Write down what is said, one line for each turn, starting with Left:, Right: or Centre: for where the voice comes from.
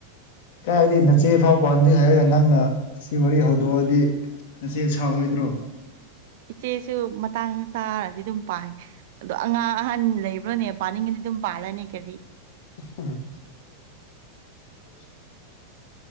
Left: ꯀꯗꯤ ꯅꯆꯦ ꯐꯥꯎ ꯄꯥꯟꯗꯦ ꯍꯥꯏꯔꯒ ꯅꯪꯅ ꯑꯁꯤ ꯋꯥꯔꯤ ꯍꯧꯗꯣꯛꯑꯗꯤ ꯉꯆꯦ ꯁꯥꯎꯔꯣꯏꯗ꯭ꯔꯣ
Right: ꯏꯆꯦꯁꯨ ꯃꯇꯥꯡ ꯆꯥꯔꯗꯤ ꯑꯗꯨꯝ ꯄꯥꯡꯅꯦ ꯑꯗꯣ ꯑꯉꯥꯡ ꯑꯍꯟ ꯂꯩꯕ꯭ꯔꯣꯅꯦ ꯄꯥꯅꯤꯡꯉꯗꯤ ꯑꯗꯨꯝ ꯄꯥꯜꯂꯅꯤ ꯀꯔꯤ
Left: ꯑ <inaudible>